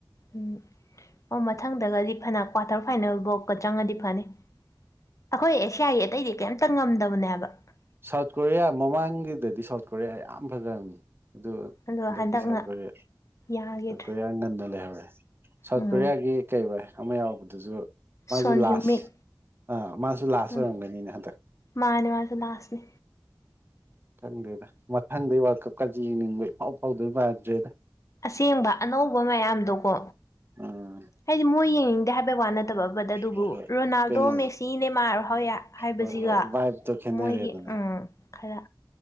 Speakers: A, on the left; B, on the right.
A: ꯎꯝ ꯑꯣ ꯃꯊꯪꯗꯒꯗꯤ ꯐꯅ ꯀ꯭ꯋꯥꯇꯔ ꯐꯥꯏꯅꯦꯜ ꯕꯣꯛꯀ ꯆꯪꯉꯗꯤ ꯐꯅꯤ ꯑꯩꯈꯣꯏ ꯑꯦꯁꯤꯌꯥꯒꯤ ꯑꯇꯩꯗꯤ ꯀꯩꯝꯇ ꯉꯝꯗꯕꯅꯦꯕ ꯍꯥꯏꯕ
B: ꯁꯥꯎꯠ ꯀꯣꯔꯤꯌꯥ ꯃꯃꯥꯡꯒꯤꯗꯗꯤ ꯁꯥꯎꯠ ꯀꯣꯔꯤꯌꯥ ꯌꯥꯝ ꯐꯖꯕꯅꯤ ꯑꯗꯨ
A: ꯑꯗꯣ
B: ꯍꯟꯗꯛꯇꯤ
A: ꯍꯟꯗꯛꯅ
B: ꯁꯥꯎꯠ ꯀꯣꯔꯤꯌꯥ
A: ꯌꯥꯈꯤꯗ꯭ꯔꯦ
B: ꯁꯥꯎꯠ ꯀꯣꯔꯤꯌꯥ ꯉꯟꯅ ꯂꯩꯍꯧꯔꯦ ꯁꯥꯎꯠ
A: ꯎꯝ
B: ꯀꯣꯔꯤꯌꯥꯒꯤ ꯀꯩꯕ ꯑꯃ ꯌꯥꯎꯕꯗꯨꯁꯨ ꯃꯥꯁꯨ
A: ꯁꯣꯟ
B: ꯂꯥꯁ
A: ꯍ꯭ꯌꯨꯃꯤꯠ
B: ꯑꯥ ꯃꯥꯁꯨ ꯂꯥꯁ
A: ꯎꯝ
B: ꯑꯣꯏꯔꯝꯒꯅꯤꯅꯦ ꯍꯟꯗꯛ
A: ꯃꯥꯅꯦ ꯃꯥꯖꯨ ꯂꯥꯁꯅꯤ
B: ꯈꯪꯗꯦꯗ ꯃꯊꯪꯗꯤ ꯋꯥꯔꯜ ꯀꯞꯀꯁꯦ ꯌꯦꯡꯅꯤꯡꯕ ꯏꯐꯥꯎ ꯐꯥꯎꯗꯣꯏ ꯃꯥꯟꯅꯗ꯭ꯔꯦꯗ
A: ꯑꯁꯦꯡꯕ ꯑꯅꯧꯕ ꯃꯌꯥꯝꯗꯣꯀꯣ꯫
B: ꯎꯝ
A: ꯍꯥꯏꯗꯤ ꯃꯣꯏ ꯌꯦꯡꯅꯤꯡꯗꯦ ꯍꯥꯏꯕꯩ ꯋꯥ ꯅꯠꯇꯕ ꯐꯕꯗ ꯑꯗꯨꯕꯨ
B: ꯍꯣꯏ ꯍꯣꯏ
A: ꯔꯣꯅꯥꯜꯗꯣ
B: ꯀꯩꯅꯣꯗꯣ
A: ꯃꯦꯁꯤ ꯅꯦꯃꯥꯔ ꯍꯣꯏ ꯍꯥꯏꯕꯁꯤꯒ
B: ꯍꯣꯏ ꯍꯣꯏ ꯚꯥꯏꯞꯇꯣ ꯈꯦꯠꯅꯔꯦꯗꯅ
A: ꯃꯣꯏꯒꯤ ꯎꯝ ꯈꯔ